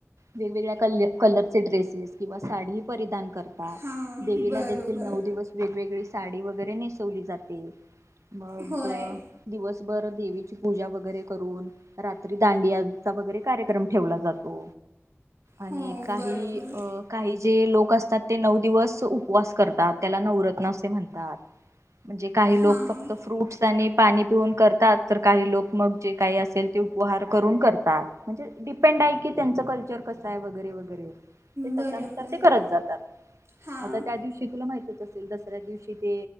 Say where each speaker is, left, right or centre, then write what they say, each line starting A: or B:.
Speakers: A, on the right (about 85°); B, on the right (about 65°).
A: वेगवेगळ्या कल कलर ड्रेसेस किंवा साडीही परिधान -- करतात
B: हां
A: देवीला
B: बरोबर
A: नऊ दिवस वेगवेगळी साडी व वगैरे नेसवली जाते. मग
B: होय
A: दिवसभर -- देवीची पूजा वगैरे करून रात्री दांडियांचा वगैरे कार्यक्रम ठेवला जातो. आणि
B: हो
A: काही
B: बरोबर
A: अ काही जे लोक -- असतात ते नऊ दिवस उपवास -- करतात त्याला नवरत्न असे म्हणतात. म्हणजे काही
B: हां
A: लोक फक्त फ्रूट्स आणि पाणी पिऊन करतात तर काही लोक मग जे काही असेल ते उपहार करून करतात म्हणजे डिपेंड आहे की त्यांचं कल्चर कसं आहे वगैरे वगैरे -- ते त्याच्यानुसार
B: बरोबर
A: ते
B: आहे
A: करत जातात.
B: हां
A: आता त्या दिवशी -- तुला माहिती च असेल दसऱ्या दिवशी ते